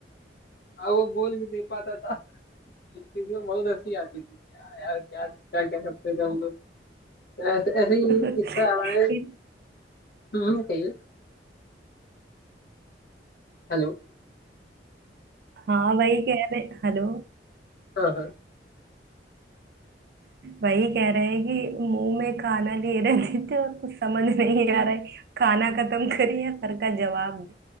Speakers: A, on the left (about 55°); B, on the right (about 60°).
A: अब वो बोल भी नहीं पाता था इसलिए बहुत हंसी आती थी क्या यार क्या क्या क्या करते थे हम लोग तो ऐसे ऐसे ही
B: <laughs>
A: एक किस्सा हमारे हम्म कहिए हेलो
B: हाँ वही कह रहे हेलो
A: हाँ हाँ
B: वही कह रहे हैं कि मुंह में खाना लिए रहते थे और कुछ समझ नहीं आ रहा है खाना खत्म करे या सर का जवाब